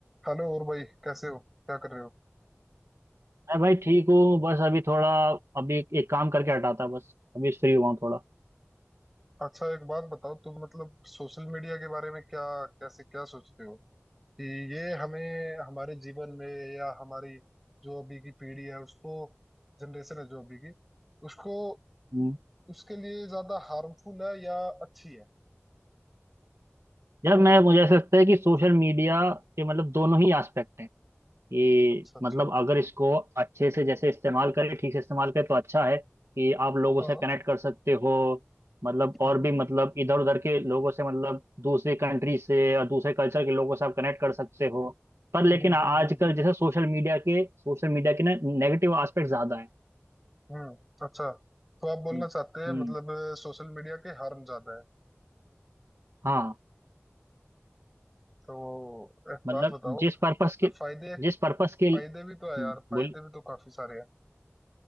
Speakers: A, in the centre; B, on the right.
A: Hello और भाई कैसे हो क्या कर रहे हो
B: मैं भाई ठीक हूँ बस अभी थोड़ा अभी एक काम करके हटा था बस अभी फ्री हुआ हूँ थोड़ा
A: अच्छा एक बात बताओ तुम मतलब सोशल मीडिया के बारे में क्या कैसे क्या सोचते हो कि ये हमें हमारे जीवन में या हमारी जो अभी की पीढ़ी है उसको जनरेशन है जो अभी की उसको
B: हम्म।
A: उसके लिए ज्यादा हार्मफुल है या अच्छी है
B: यार मैं मुझे ऐसा लगता है कि सोशल मीडिया के मतलब दोनों ही एस्पेक्ट हैं कि
A: अच्छा अच्छा
B: मतलब अगर इसको अच्छे से जैसे इस्तेमाल करें ठीक से इस्तेमाल करें तो अच्छा है कि आप लोगों
A: हाँ
B: से कनेक्ट कर सकते हो मतलब
A: हम्म
B: और भी मतलब इधर उधर के लोगों से मतलब दूसरी कंट्री से और दूसरे कल्चर के लोगों से आप कनेक्ट कर सकते हो पर
A: हम्म
B: लेकिन
A: हम्म
B: आ-
A: हम्म
B: आजकल
A: हम्म
B: जैसे सोशल मीडिया के सोशल मीडिया के ना नेगेटिव एस्पेक्ट ज्यादा है
A: हम्म, अच्छा तो आप बोलना
B: हम्म
A: चाहते हैं
B: हम्म।
A: मतलब सोशल मीडिया के हार्म ज्यादा है
B: हाँ
A: तो एक
B: मतलब
A: बात बताओ
B: जिस पर्पस के
A: फायदे
B: जिस पर्पस के हम्म,
A: फायदे भी तो है यार फायदे
B: बोल
A: भी तो काफी सारे हैं